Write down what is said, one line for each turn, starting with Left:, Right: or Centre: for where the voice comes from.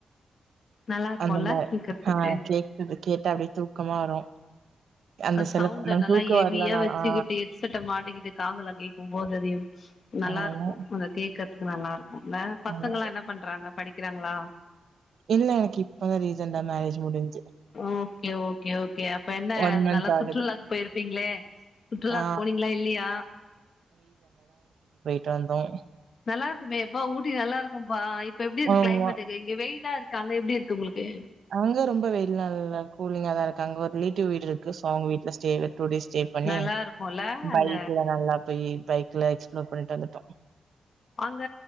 Left: நல்லா இருக்குல்ல
Right: அந்த மாரி
Left: கேக்குறதுக்கு
Right: ஆ கேக்குது கேட்டா அப்டியே தூக்கமா வரும் அந்த சில
Left: சவுண்ட
Right: நம்ம
Left: நல்லா
Right: தூக்கம்
Left: ஹெவியா
Right: வரலனாலும்
Left: வச்சுக்கிட்டு
Right: ஆ
Left: எட்செட்ட மாட்டிக்கிட்டு காதுல கேக்கும் போது அது எது நல்லாருக்கும்
Right: ஆமா,
Left: அந்த கேக்றதுக்கு நல்லா இருக்கும் இல்ல பசங்கல்லா
Right: ஆமா.
Left: என்ன பண்றாங்க படிக்கிறாங்ளா
Right: இல்ல எனக்கு இப்பதான் ரீஜன்டா மேரேஜ் முடிஞ்
Left: ஓகே ஓகே ஓகே அப்ப என்ன
Right: ஒன் மந்த்
Left: நல்லா
Right: ஆகுது
Left: சுற்றுலாக்கு போயிருப்பீங்ளே சுற்றுலாக்கு
Right: ஆ
Left: போனீங்களா இல்லியா
Right: டாந்தோம்
Left: நல்லாருக்குமே எப்பா ஊட்டி நல்லாருக்கும்பா இப்ப எப்டி இருக்கு
Right: ஆமா
Left: கிளைமேட்க்கு இங்க வெயிலா இருக்கு அங்க எப்டி இருக்கு உங்களுக்கு
Right: அங்க ரொம்ப வெயில்லா இல்ல கூலிங்கா தாருக்கு அங்க ஒரு ரிலேட்டிவ் வீடு இருக்கு சோ அவுங்க வீட்ல ஸ்டே டூ டே ஸ்டே பண்ணி
Left: நல்லா இருக்கும்ல அங்க
Right: பைக்ல நல்லா போயி பைக்ல எக்ஸ் புளோர் பண்ணிட்டு வந்துட்டோம்
Left: அங்க